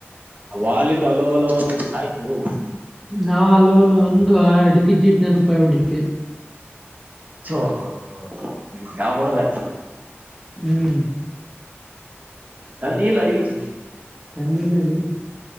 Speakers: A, on the right; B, in the centre.
A: ಅವಾಲಿದ್ ಹಲೋ ಹಲೋ ಅಂದ್ ಸಾಯ್ತಿಯೋ
B: ನಾ ಹಲೋ ಹಲೋ ಅಂದ್ ಆ ಅಡಿಕೆ ಜೀಟ್ ನೆನಪಾಯ್ ಬಿಡಿದ್ದೆ.
A: <unintelligible>
B: ಹ್ಮ್
A: ತಂದಿಯಲ್ಲ <unintelligible>
B: ತಂದಿಲ್ಲಲೇ